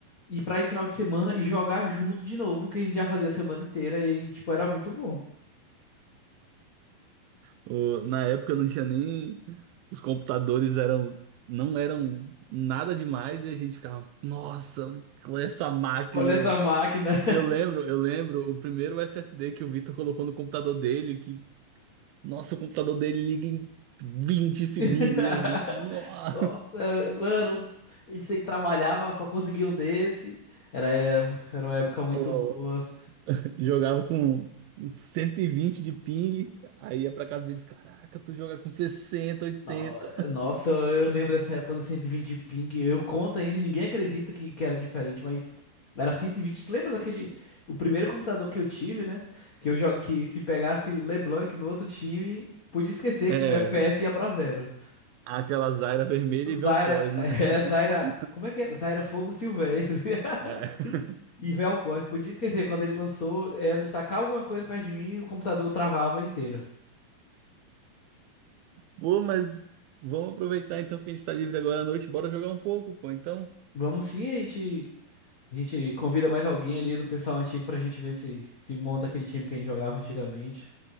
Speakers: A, on the left; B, on the right.
A: e pra ir final de semana e jogar junto de novo, que a gente já fazia a semana inteira e, aí, tipo, era muito bom.
B: O- na época não tinha nem. Os computadores eram. Não eram nada demais e a gente ficava, nossa, olha essa máquina.
A: Olha
B: Eu,
A: essa máquina.
B: eu lembro, eu lembro o primeiro SSD que o Vitor colocou no computador dele, que, nossa, o computador dele liga em 20 segundos
A: <laughs>
B: e a gente, nossa,
A: Nossa, mano, a gente sempre trabalhava pra conseguir um desse. Era, era, era uma época muito
B: Eu
A: boa.
B: jogava com 120 de ping, aí ia pra casa deles, caraca, tu joga com sessenta oitenta
A: No- Nossa, eu eu lembro dessa época dos 120 de ping. Eu conto ainda e ninguém acredita que, que era diferente, mas era 120. Tu lembra daquele. O primeiro computador que eu tive, né? Que eu jo- que se pegasse LeBlanc no outro time, podia esquecer
B: É,
A: que meu FPS ia pra zero.
B: aquelas Zyra vermelha e
A: Zaira.
B: Vel'Koz,
A: <laughs>
B: né?
A: É,
B: <laughs>
A: Zaira. Como é que era? Zaira Fogo Silvestre. <laughs>
B: É.
A: E Vel'Koz. Podia esquecer, quando ele lançou, era ele tacar alguma coisa perto de mim e o computador travava inteiro.
B: Pô, mas vamos aproveitar então que a gente tá livre agora à noite. Bora jogar um pouco, pô. Então,
A: Vamos sim, a gente. A gente convida mais alguém ali do pessoal antigo pra gente ver se, se monta aquele time que a gente jogava antigamente.